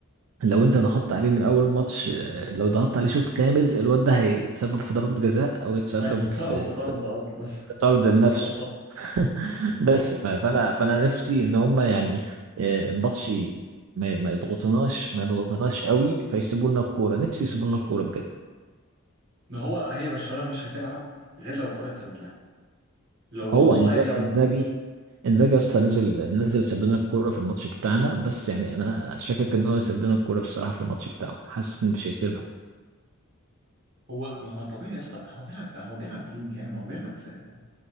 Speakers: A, on the right; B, on the right.
A: لو انت ضغطت عليه من اول ماتش آه، لو ضغطت عليه شوط كامل الواد ده هيتسبب في ضربة جزاء او يتسبب
B: <laughs>
A: في
B: او في طرد
A: في
B: اصلا <laughs>
A: في طرد لنفسه
B: خطف
A: <laughs>
B: خطف
A: بس ف- فانا فانا نفسي ان هم يعني آه، الماتش ي- ما ما يضغطوناش ما يضغطوناش قوي فيسيبوا لنا الكوره نفسي يسيبوا لنا الكوره بجد
B: ما هو هي برشلونه مش هتلعب غير لو الكره اتثبت لها لو والله
A: هو انزاجي
B: لو
A: انزاجي انزاجي اصلا نزل نزل ساب لنا الكوره في الماتش بتاعنا بس يعني انا شاكك ان هو يسيب لنا الكوره بصراحه في الماتش بتاعه حاسس ان مش هيسيبها
B: هو ما هو طبيعي يا اسطى هو بيلعب هو بيلعب فين يعني ما هو بيلعب في